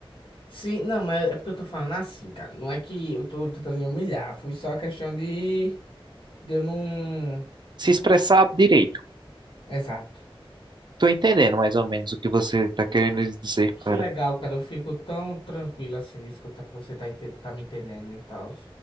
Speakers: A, on the left (about 65°); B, on the right (about 50°).
A: Sim, não, mas é porque eu tô falando assim, cara. Não é que eu tô tentando me humilhar, foi só a questão de, de eu não.
B: Se expressar direito.
A: Exato.
B: Tô entendendo mais ou menos o que você tá querendo dizer,
A: Que
B: cara.
A: legal, cara. Eu fico tão tranquilo assim de escutar que você tá, ente- tá me entendendo e tal.